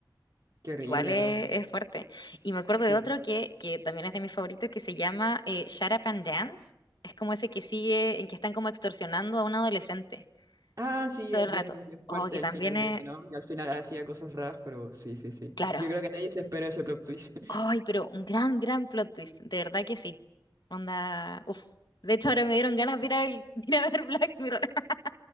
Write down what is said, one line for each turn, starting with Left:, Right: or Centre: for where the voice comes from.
Right: Qué horrible,
Left: Igual es,
Right: ¿no?
Left: es fuerte. Y me acuerdo
Right: Sí.
Left: de otro
Right: po.
Left: que, que también es de mis favoritos que se llama eh, Shut Up and Dance. Es como ese que sigue, en que están como extorsionando a un adolescente
Right: Ah, sí,
Left: todo
Right: es
Left: el
Right: bien,
Left: rato.
Right: bien
Left: Oh,
Right: fuerte
Left: que
Right: el
Left: también
Right: final
Left: es,
Right: de eso, ¿no? Y al final hacía
Left: eh,
Right: cosas raras, pero sí, sí, sí.
Left: claro,
Right: Yo creo que nadie se esperó ese plot twist.
Left: Ay, pero un gran, gran plot twist, de verdad que sí. Onda, uf. De hecho, ahora me dieron ganas de ir a ver, <laughs> de ir a ver Black Mirror. <laughs>